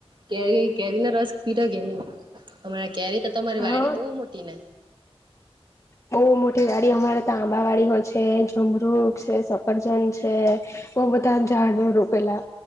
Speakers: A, on the right; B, on the left.
A: કેરી કેરી ના રસ પીડા કે નહી હરા- - કેરી તો તમારી
B: હા
A: વાડી બહુ મોટી ને?
B: બહુ મોટી વાડી અમારે ત આંબા વાડી હોય છે જમરૂુખ છે સફરજન છે. હ બધ જાાડ ન રૂ પેલા.